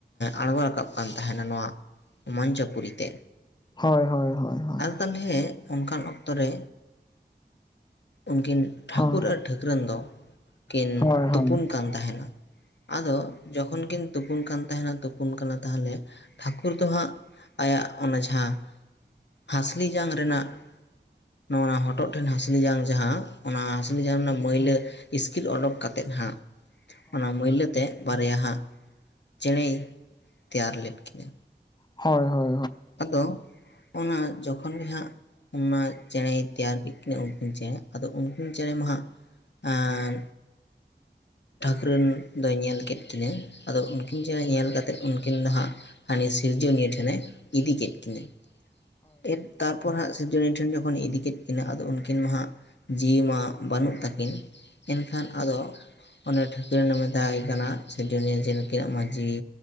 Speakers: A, on the left; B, on the left.
A: ᱟᱬᱜᱚ ᱨᱟᱠᱟᱵ ᱠᱟᱱ ᱛᱟᱦᱮᱸᱱᱟ ᱱᱚᱣᱟ, ᱢᱚᱧᱪᱚᱯᱩᱨᱤ ᱛᱮ᱾
B: ᱦᱚᱭ ᱦᱚᱭ ᱦᱚᱭ ᱦᱚᱭ᱾
A: ᱛᱟᱞᱦᱮ ᱚᱱᱠᱟᱱ ᱚᱠᱛᱚ ᱨᱮ, ᱩᱱᱠᱤᱱ ᱴᱷᱟᱹᱠᱩᱨ
B: ᱦᱳᱭ
A: ᱟᱨ ᱴᱷᱟᱹᱠᱨᱟᱹᱱ ᱫᱚ, ᱠᱤᱱ
B: ᱦᱳᱭ
A: ᱛᱩᱯᱩᱱ
B: ᱦᱳᱭ
A: ᱠᱟᱱ ᱛᱟᱦᱮᱱᱟ, ᱟᱫᱚ ᱡᱚᱠᱷᱚᱱ ᱠᱤᱱ ᱛᱩᱯᱩᱱ ᱠᱟᱱ ᱛᱟᱦᱮᱸᱱᱟ ᱛᱩᱯᱩᱱ ᱠᱟᱱᱟ ᱛᱟᱦᱚᱞᱮ᱾ ᱴᱷᱟᱹᱠᱩᱨ ᱫᱚ ᱦᱟᱸᱜ ᱟᱭᱟᱜ ᱚᱱᱟ ᱡᱟᱦᱟᱸ ᱦᱟᱸᱥᱞᱤ ᱡᱟᱝ ᱨᱮᱱᱟᱜ᱾ ᱱᱚᱣᱟ ᱦᱚᱴᱚᱜ ᱴᱷᱮᱱ ᱦᱟᱺᱥᱞᱤ ᱡᱟᱝ ᱡᱟᱦᱟᱸ ᱚᱱᱟ ᱦᱟᱺᱥᱞᱤ ᱡᱟᱝ ᱱᱟ ᱢᱟᱹᱭᱞᱟᱹ, ᱤᱥᱠᱤᱨ ᱚᱰᱚᱠ ᱠᱟᱛᱮᱫ ᱦᱟᱸᱜ, ᱚᱱᱟ ᱢᱟᱹᱭᱞᱟᱹ ᱛᱮ, ᱵᱟᱨᱭᱟ ᱦᱟᱸᱜ, ᱪᱮᱬᱮᱭ, ᱛᱮᱭᱟᱨ ᱞᱮᱫ ᱠᱤᱱᱟᱹ᱾
B: ᱦᱚᱭ ᱦᱚᱭ᱾
A: ᱟᱫᱚ, ᱚᱱᱟ ᱡᱚᱠᱷᱚᱱ ᱜᱮ ᱦᱟᱸᱜ ᱚᱱᱟ ᱪᱮᱬᱮᱭ, ᱛᱮᱭᱟᱨ ᱠᱮᱫ ᱠᱤᱱᱟᱹ ᱩᱱᱠᱤᱱ ᱪᱮᱬᱮ ᱟᱫᱚ ᱩᱱᱠᱤᱱ ᱪᱮᱬᱮ ᱢᱟ ᱦᱟᱸᱜ ᱟᱸᱻ ᱴᱷᱟᱹᱠᱨᱟᱹᱱ ᱫᱚᱭ ᱧᱮᱞ ᱠᱮᱫ ᱠᱤᱱᱟᱹ, ᱟᱫᱚ ᱩᱱᱠᱤᱱ ᱪᱮᱬᱮ ᱧᱮᱞ ᱠᱟᱛᱮᱫ ᱩᱱᱠᱤᱱ ᱫᱚ ᱦᱟᱸᱜ, ᱦᱟᱹᱱᱤ ᱥᱤᱨᱡᱚᱱᱤᱭᱟᱹ ᱴᱷᱮᱱᱮ ᱤᱫᱤ ᱠᱮᱫ ᱠᱤᱱᱟᱹ <unintelligible> ᱛᱟᱨᱯᱚᱨ ᱦᱟᱸᱜ ᱥᱤᱨᱡᱚᱱᱤᱭᱟᱹ ᱴᱷᱮᱱ ᱡᱚᱠᱷᱚᱱᱮ ᱤᱫᱤ ᱠᱮᱫ ᱠᱤᱱᱟᱹ ᱟᱫᱚ ᱩᱱᱠᱤᱱ ᱢᱟ ᱦᱟᱸᱜ, ᱡᱤᱣᱤ ᱢᱟ ᱵᱟᱹᱱᱩᱜ ᱛᱟᱹᱠᱤᱱ᱾ ᱮᱱᱠᱷᱟᱱ ᱟᱫᱚ ᱚᱱᱮ ᱴᱷᱟᱹᱠᱨᱮᱱᱮ ᱢᱮᱛᱟᱭ ᱠᱟᱱᱟ ᱥᱤᱨᱡᱚᱱᱤᱭᱟᱹ ᱡᱮ ᱱᱩᱝᱠᱤᱱᱟᱜ ᱢᱟ ᱡᱤᱣᱤ